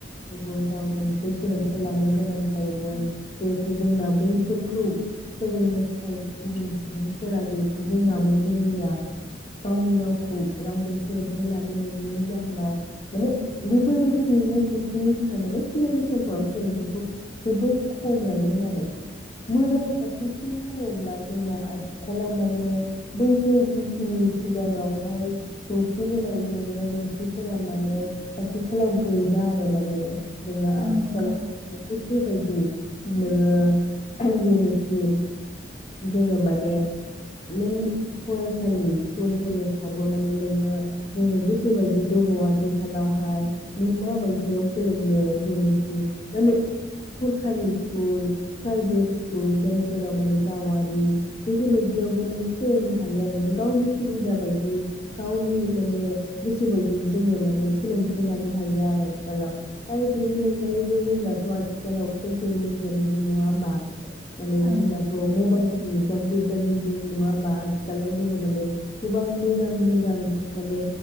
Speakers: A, on the left; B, on the right.
A: गुबुन रावजोंसो सोलोंथाइ लानो गोनां जायोमोन जिहेथु जोंना बैफोरखौ फोरोंनो थाखाय गुबुन सुबुंफोरा जिहेथु रोङामोन जोंनिया गावनि रावखौ रावजों सोलोंथाइ लानो मोनैनि जाहोनाव माने बेफोरबायदि जेंना जेंसिनि थाखाय माने सिगांनि समफोराव सोलोंथाइखौ जोबोर खम लायोमोन आरो मोजां फारसेथिं बुङोब्ला जोंना आथिखालाव माने बैफोर जिखिनि सिगाङावहाय सौसि बोनाय जेंना जेंसिफोरा म माने आथिखालाव गैला आरो माने जोंना
B: औ
A: आथिखाल
B: नंगौ
A: <unintelligible> बायदि नोङो जेनोखि जोङो माने नों फरायसालि स्कुल कलेजावबो माने नोङो जोङो गोसोबायदि दङ आरो आथिखालावहाय नों माबायदियाव फोरोंनो जेनोखि माने सरखारि स्कुल प्राइभेट स्कुल जायफोराव माने गावारि बेफोरबायदियावबो नों फोरोंनो हायो आरो नों गावनि सुबिदा बायदि गावनि माने गोसो बायदि जोङो माने सोलोंथाइ लानो हायो आरो आथिखालाव आरो बेनि अनगायैबो जोंनाथ' आथिखालाव ससियेल मिडियानि जुग नङा होमबा। माने
B: औ
A: जोंनाथ' मबाइलनि कम्पिउटारनि जुग नङा होमबा आथिखालाव जोङो माने गोबां मोजां मोजां माने